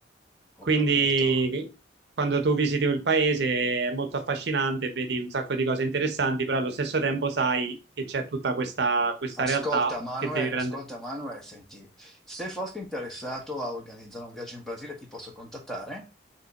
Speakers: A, on the right; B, in the centre.
A: Quindi
B: ho capito.
A: quando tu visiti il paese è molto affascinante, vedi un sacco di cose interessanti, però allo stesso tempo sai che c'è tutta questa, questa
B: Ascolta
A: realtà
B: Manuel,
A: che devi prendere.
B: ascolta Manuel, senti, se fossi interessato a organizzare un viaggio in Brasile ti posso contattare?